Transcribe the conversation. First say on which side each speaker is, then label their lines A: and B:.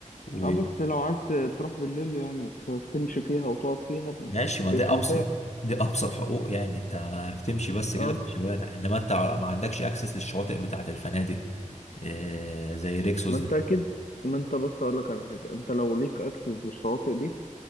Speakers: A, on the left (about 55°); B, on the left (about 85°).
A: و...
B: اه بس لو عايز تروح بالليل يعني ت- تمشي فيها وتقعد فيها ب-
A: ماشي ما دي
B: ب-
A: ابسط
B: متاح
A: دي ابسط حقوق يعني انت بتمشي بس كده
B: اه
A: في الشوارع انما انت ما عندكش اكسس للشواطئ بتاعه الفنادق آه، زي ريكسوس
B: ما
A: ده
B: انت اكيد ما انت بص اقول لك على حاجة انت لو ليك اكسس للشواطئ دي